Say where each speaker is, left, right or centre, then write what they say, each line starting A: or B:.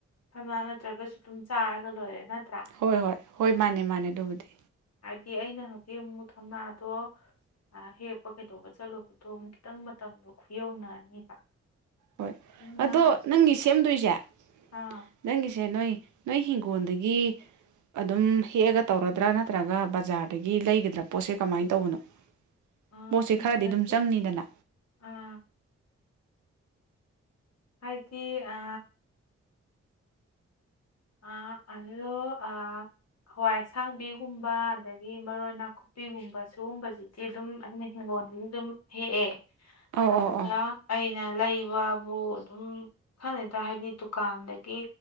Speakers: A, on the left; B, on the right.
A: ꯁꯅꯥ ꯅꯠꯇ꯭ꯔꯒꯁꯨ ꯑꯗꯨꯝ ꯆꯥꯔꯒ ꯂꯣꯏꯔꯦ ꯅꯠꯇ꯭ꯔꯥ
B: ꯍꯣꯏ ꯍꯣꯏ ꯍꯣꯏ ꯃꯥꯅꯦ ꯃꯥꯅꯦ ꯑꯗꯨꯕꯨꯗꯤ
A: ꯍꯥꯏꯕꯗꯤ ꯑꯩꯅ ꯍꯧꯖꯤꯀꯤ ꯑꯃꯨꯛ ꯊꯝꯅꯥ ꯑꯗꯣ ꯍꯦꯛꯄ ꯀꯩꯗꯧꯕ ꯆꯠꯂꯨꯕꯗꯣꯛ ꯈꯤꯇꯪ ꯃꯇꯝꯗꯣ ꯈꯨꯌꯧꯅꯔꯅꯤꯕ
B: ꯍꯣꯏ
A: ꯑꯗꯨꯅ
B: ꯑꯗꯣ ꯅꯪꯒꯤ ꯁꯦꯝꯗꯣꯏꯁꯦ
A: ꯑꯥ
B: ꯅꯪꯒꯤꯁꯦ ꯅꯣꯏ ꯅꯣꯏ ꯍꯤꯡꯒꯣꯜꯗꯒꯤ ꯑꯗꯨꯝ ꯍꯦꯛꯑꯒ ꯇꯧꯔꯗ꯭ꯔꯥ ꯅꯠꯇ꯭ꯔꯒ ꯕꯖꯥꯔꯗꯒꯤ ꯂꯩꯒꯗ꯭ꯔꯥ ꯄꯣꯠꯁꯦ ꯀꯃꯥꯏꯅ ꯇꯧꯕꯅꯣ
A: ꯑꯥ
B: ꯄꯣꯠꯁꯦ
A: ꯍꯤꯡꯒꯣꯜꯗꯒꯤ
B: ꯈꯔꯗꯤ ꯑꯗꯨꯝ ꯆꯪꯅꯤꯗꯅ
A: ꯑꯥ ꯍꯥꯏꯗꯤ ꯑ ꯑ ꯑꯣ ꯑ ꯍꯋꯥꯏ ꯑꯁꯥꯡꯕꯤꯒꯨꯝꯕ ꯑꯗꯒꯤ ꯃꯔꯣꯏ ꯅꯥꯀꯣꯡ ꯄꯤꯒꯨꯝꯕ ꯁꯤꯨꯒꯨꯝꯕꯁꯤꯗꯤ ꯑꯗꯨꯝ ꯑꯩꯅ ꯍꯤꯡꯒꯣꯜꯗꯗꯤ ꯑꯗꯨꯝ ꯍꯦꯛꯑꯦ
B: ꯑꯧ
A: ꯑꯗꯨꯒ
B: ꯑꯧ ꯑꯧ
A: ꯑꯩꯅ ꯂꯩꯕꯕꯨ ꯑꯗꯨꯝ ꯈꯅꯗ ꯍꯥꯏꯕꯗꯤ ꯗꯨꯀꯥꯟꯗ ꯒꯤ